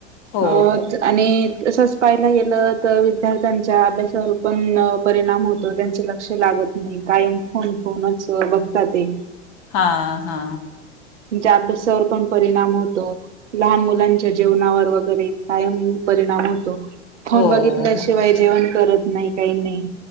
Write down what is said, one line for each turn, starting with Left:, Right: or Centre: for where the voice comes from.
Left: हो
Right: अ आणि, तच पाहायला गेलं तर विद्यार्थ्यांच्या अभ्यासावर पण परिणाम होतो त्यांच लक्ष लागत नाही कायम फोन फोनच बघत ते!
Left: हा हा!
Right: त्याअभसावर पण परिणाम होतो लहान मुलांच्या जेवनावर वगैरे कायम परिणाम होतो. फोन
Left: हो
Right: बघितल्याशिवाय
Left: हो
Right: जेवण. करत नाही काही नाही.